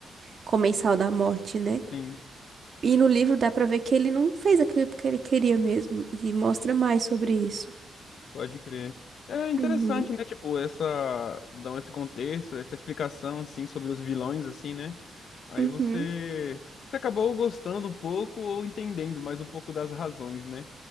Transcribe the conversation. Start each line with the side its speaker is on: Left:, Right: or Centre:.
Right: Comensal da Morte, né?
Left: Sim.
Right: E no livro dá pra ver que ele não fez aquilo porque ele queria mesmo, e mostra mais sobre isso.
Left: Pode crer. É interessante,
Right: Uhum,
Left: né? Tipo, essa, dão esse contexto, essa explicação, assim, sobre os vilões, assim, né? Aí
Right: uhum,
Left: você, você acabou gostando um pouco ou entendendo mais um pouco das razões, né?